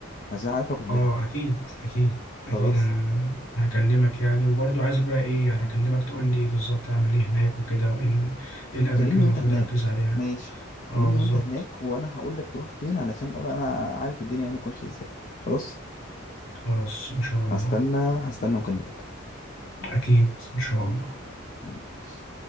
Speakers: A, on the left; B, on the left.
A: عشان عارفه كلها
B: اه اكيد اكيد
A: خلاص
B: اكيد انا هكلمك يعني وبرضه عايزك بقى ايه يعني اكلمك تقول لي بالظبط اعمل ايه هناك وكده وايه ال... إيه الاماكن
A: كلمني
B: اللي
A: وانت
B: المفروض
A: هناك
B: اركز عليها
A: ماشي
B: اه
A: كلمني
B: بالظبط
A: وانت هناك وانا هقول لك تروح فين علشان ابقى انا عارف الدنيا هناك ماشيه ازاي خلاص
B: خلاص ان شاء الله
A: هستنى هستنى مكالمتك
B: اكيد ان شاء الله
A: ماشي